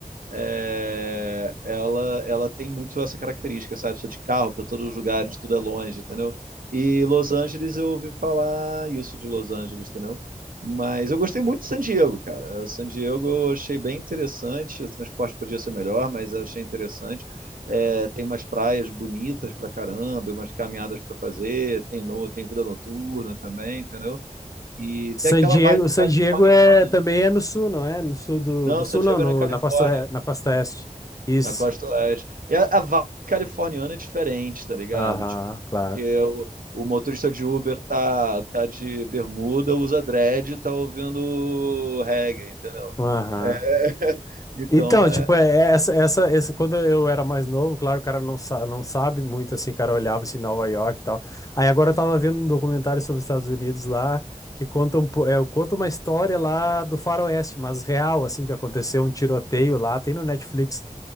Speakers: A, on the right (about 85°); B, on the left (about 25°).
A: é, ela, ela tem muito essa característica, sabe? Precisa de carro para todos os lugares, tudo é longe, entendeu? E Los Angeles, eu ouvi falar isso de Los Angeles, entendeu? Mas eu gostei muito de San Diego, cara. San Diego eu achei bem interessante. O transporte podia ser melhor, mas eu achei interessante. É, tem umas praias bonitas pra caramba, umas caminhadas pra fazer. Tem, no, tem vida noturna também, entendeu? E
B: San
A: tem aquela
B: Diego,
A: vibe
B: San
A: californiana.
B: Diego é também é no sul, não é? No sul do,
A: Não,
B: do sul,
A: San Diego
B: não, no-
A: é na Califórnia.
B: na costa, oe- na costa oeste. Isso.
A: na costa oeste. E a, a vibe californiana é diferente, tá ligado?
B: Aham,
A: Tipo,
B: claro.
A: porque o, o motorista de Uber tá, tá de bermuda, usa dread e tá ouvindo reggae, entendeu?
B: Aham.
A: É, <laughs> então
B: Então,
A: é.
B: tipo, é, é essa, essa, esse, quando eu era mais novo, claro, o cara não, sa não sabe muito, assim, o cara olhava, assim, Nova York e tal. Aí agora eu tava vendo um documentário sobre os Estados Unidos lá, que conta, um, po- é, conta uma história lá do Faroeste, mas real, assim, que aconteceu um tiroteio lá, tem no Netflix.